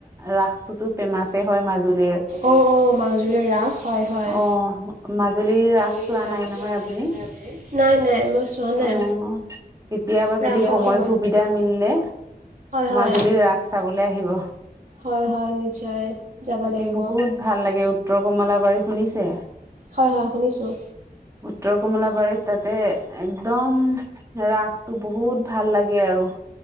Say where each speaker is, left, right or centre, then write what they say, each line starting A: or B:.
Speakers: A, on the right (about 20°); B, on the right (about 50°).
A: ৰাসটোটো ফেমাছে হয় মাজুলীৰ
B: অঁ অঁ মাজুলীৰ ৰাস হয় হয়
A: অ' মাজুলীৰ ৰাস
B: নাই
A: চোৱা নাই নহয় আপুনি?
B: -নাই মই চোৱা নাই
A: অ'। কেতিয়াবা যদি
B: ৰাস
A: সময় সুবিধা মিলিলে
B: হয়
A: মাজুলী ৰাস চাব লাগিব,
B: হয় হয় নিশ্চয় যাব
A: তাতে
B: লাগিব
A: বহুত ভাল লাগে উত্তৰ কমলাবাৰী শুনিছে।
B: হয়-হয় শুনিছোঁ।
A: উত্তৰ কমলাবাৰীত তাতে একদম ৰাসটো বহুত ভাল লাগে আৰু।